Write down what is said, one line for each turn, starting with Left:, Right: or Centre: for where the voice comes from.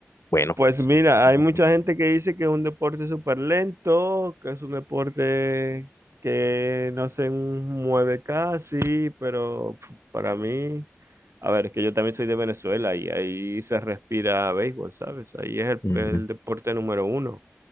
Left: bueno,
Right: Pues
Left: sí,
Right: mira,
Left: es importante.
Right: hay mucha gente que dice que es un deporte súper lento, que es un deporte que no se mueve casi, pero pf, para mí, a ver, es que yo también soy de Venezuela y ahí se respira béisbol, ¿sabes? Ahí es el,
Left: Ujú,
Right: el deporte número uno.